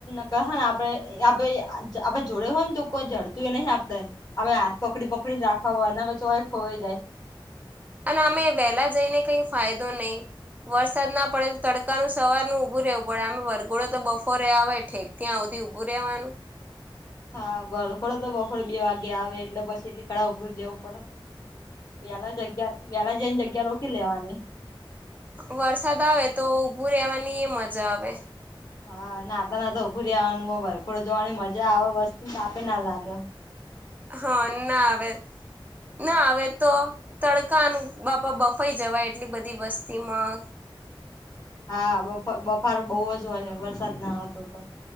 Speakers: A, on the left; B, on the right.
A: ક હોય ને આપડે આપે આપડણે જોડે હોય ને તો કોઈ જડતું એ નહ આપડે હવે હાથ પકડી પકડીને રાખવા હોય એના ચોય ખોવાઈ જાય
B: અને અમે વહેલા જઈને કઈ ફાયદો નહી વરસાદ ના પડે તો તડકાનું સવારનું ઉભું રહેવું પડે વરઘોડો તો બફોરે આવે ઠેક ત્યાં હુધી ઊભું રહેવાનું
A: હા વરધોડો તો બપોરે બે વાગે આવે એટલે પછી એટલી કળા ઉભુજ રેવું પડે વ્યાલા જગ્યા વ્યાલા જઈને જગ્યા રોકી લેવાની
B: વરસાદ આવે તો ઊભું રવાની એ મજા આવે
A: હા નાતા નાતા ઉભુ રેવાનું આવવાનું ભરઘોડા જોવાની મજા આવે વસ્તતી ને આપી ના લાગે
B: હા ના આવે ના આવે તો તડકાનું બાપા બફાઈ જવાય એટલી બધી વસ્તીમાં
A: હા બ બફારો બહુ જ હોય છે વરસાદ ના હતો તો